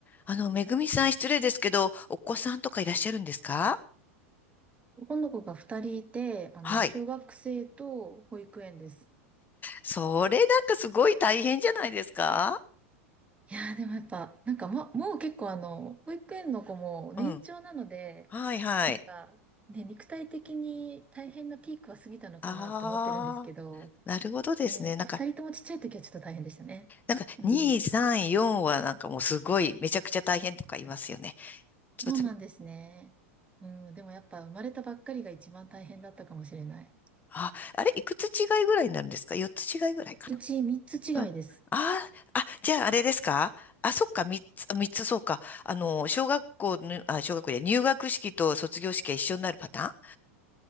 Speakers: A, on the left; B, on the right.
A: あの、めぐみさん、失礼ですけど、お子さんとかいらっしゃるんですか
B: 男の子が二人いて、あの、
A: はい。
B: 小学生と保育園です。
A: それなんかすごい大変じゃないですか
B: いやーでもやっぱ、なんかま、もう結構あの、保育園の子も年長なので、
A: うん。はいはい。
B: なんか、ね、肉体的に大変なピークは過ぎたのかなって思ってるんですけど、
A: ああ、なるほどですね。
B: ね、
A: なんか、
B: 二人ともちっちゃい時はちょっと大変でしたね。
A: なんか、
B: うん。
A: 2、3、4はなんかもうすごい、めちゃくちゃ大変とか言いますよね。ちょっと、
B: そうなんですね。うん、でもやっぱ生まれたばっかりが一番大変だったかもしれない。
A: あ、あれ、いくつ違いぐらいになるんですか ?4 つ違いぐらいか
B: うち三つ違いです。
A: な。うん。ああ、あ、じゃああれですかあ、そっか、3つ、3つそうか。あの、小学校の、あ、小学校で入学式と卒業式が一緒になるパタ